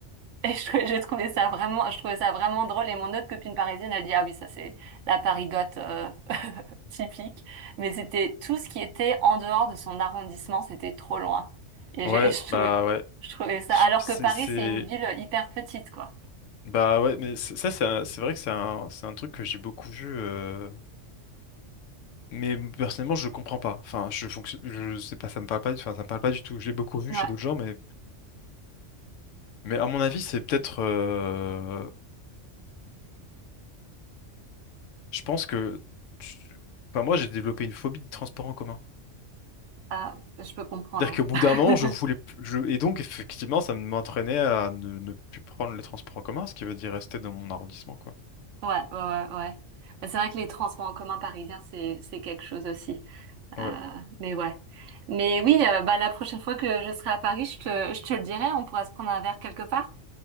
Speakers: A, on the right (about 75°); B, on the left (about 80°).
A: <laughs> Et je, trou- je trouvais ça vraiment, je trouvais ça vraiment drôle. Et mon autre copine parisienne, elle dit, ah oui, ça c'est la parigote euh, <laughs> typique. Mais c'était tout ce qui était en dehors de son arrondissement, c'était trop loin. Et
B: Ouais,
A: j'ai, je trouvais,
B: bah ouais.
A: je trouvais ça.
B: Je-
A: Alors
B: C'est...
A: que Paris,
B: c'est-
A: c'est une ville hyper petite, quoi.
B: Bah ouais, mais c'est- ça, c'est un- c'est vrai que c'est un, c'est un truc que j'ai beaucoup vu. euh, Mais personnellement, je comprends pas. Enfin, je fonctionne, je sais pas, ça me parle pas, enfin, ça me parle pas du tout. Je l'ai beaucoup vu
A: Ouais,
B: chez d'autres gens, mais, mais à mon avis, c'est peut-être, euh, je pense que, tu- enfin, moi, j'ai développé une phobie des transports en commun.
A: ah, je peux comprendre.
B: C'est-à-dire qu'au bout
A: hein.
B: d'un moment, je voulais,
A: <laughs>
B: plus- je, et donc, effectivement, ça m'entraînait à ne, ne plus prendre les transports en commun, ce qui veut dire rester dans mon arrondissement, quoi.
A: Ouais, ouais, ouais, ouais. Mais C'est vrai que les transports en commun parisiens, c'est, c'est quelque chose aussi. Euh,
B: Ouais.
A: mais ouais. Mais oui, euh, bah, la prochaine fois que je serai à Paris, je te, je te le dirai, on pourra se prendre un verre quelque part.